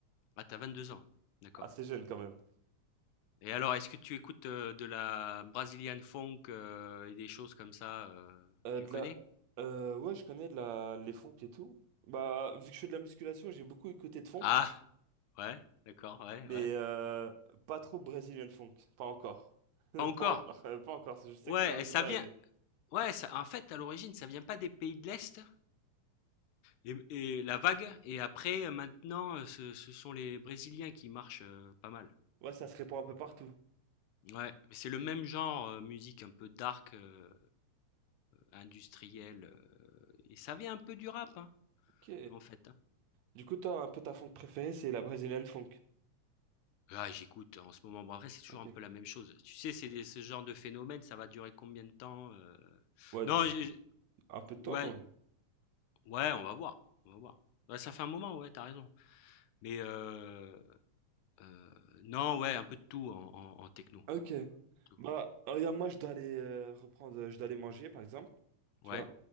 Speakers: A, on the left (about 85°); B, on the right (about 75°).
A: Ah, t'as 22 ans. D'accord.
B: Assez jeune, quand même.
A: Et alors, est-ce que tu écoutes euh, de la Brazilian funk euh, et des choses comme ça euh,
B: Euh,
A: tu
B: de
A: connais?
B: la... euh, ouais, je connais de la... les funk et tout. Bah, vu que je fais de la musculation, j'ai beaucoup écouté de funk,
A: Ah, ouais, d'accord, ouais,
B: mais
A: ouais.
B: euh, pas trop brésilien funk. Pas encore. <laughs> Pas
A: Pas encore.
B: encore, euh, pas encore. Je sais
A: Ouais,
B: que ça va bientôt
A: et ça vient.
B: arriver.
A: Ouais, ça, en fait, à l'origine, ça vient pas des pays de l'Est et, et la vague. Et après, euh, maintenant, euh, ce, ce sont les Brésiliens qui marchent euh, pas mal.
B: Ouais, ça se répand un peu partout.
A: Ouais, mais c'est le même genre, euh, musique un peu dark, euh, industrielle. euh, et ça vient un peu du rap, hein.
B: Ok.
A: En fait, hein?
B: Du coup, toi, un peu ta funk préférée, c'est la brésilienne funk.
A: Ah, j'écoute en ce moment. Bon, après, c'est toujours
B: Ok.
A: un peu la même chose. Tu sais, c'est des ce genre de phénomène, ça va durer combien de temps? Heu?
B: Ouais,
A: Non,
B: dis-
A: j'ai j'ai
B: un peu de toi
A: ouais,
B: quand même.
A: ouais, on va voir, on va voir. Ouais, ça fait un moment, ouais, t'as raison. Mais heu, heu, non, ouais, un peu de tout en en en techno,
B: Ok.
A: tout.
B: Bah, regarde, moi, je dois aller euh, reprendre, je dois aller manger, par exemple. Tu
A: Ouais.
B: vois